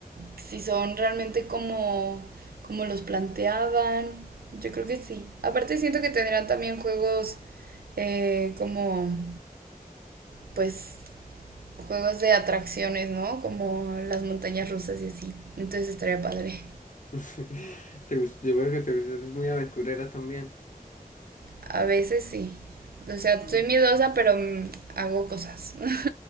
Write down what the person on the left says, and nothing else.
<laughs> Te gusta yo veo que te gusta, eres muy aventurera también.
Mm.